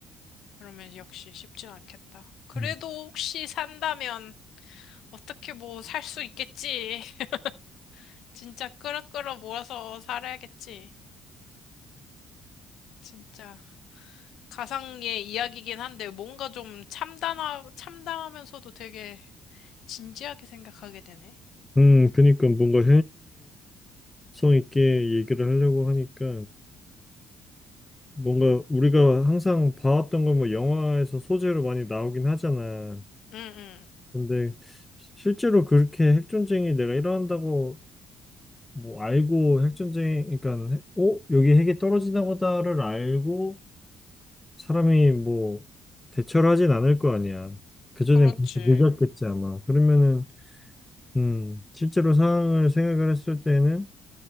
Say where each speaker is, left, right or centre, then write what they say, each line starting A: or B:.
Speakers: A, on the left; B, on the left.
A: 그러면 역시 쉽진 않겠다. 그래도
B: 음,
A: 혹시 산다면 어떻게 뭐 살 수 있겠지. <laughs> 진짜 끌어끌어 모아서 살아야겠지. 진짜 가상의 이야기긴 한데 뭔가 좀 참담하, 참담하면서도 되게 진지하게 생각하게 되네.
B: 음, 그니까 뭔가 성 있게 얘기를 하려고 하니까 뭔가 우리가 항상 봐왔던 건 뭐 영화에서 소재로 많이 나오긴 하잖아.
A: 응, 응.
B: 근데 실제로 그렇게 핵전쟁이 내가 일어난다고 뭐 알고 핵전쟁, 그러니까 핵- 어? 여기 핵이 떨어지나 보다를 알고 사람이 뭐 대처를 하진 않을 거 아니야. 그전엔
A: 그렇지.
B: 벌써 늦었겠지 아마. 그러면은 음, 실제로 상황을 생각을 했을 때는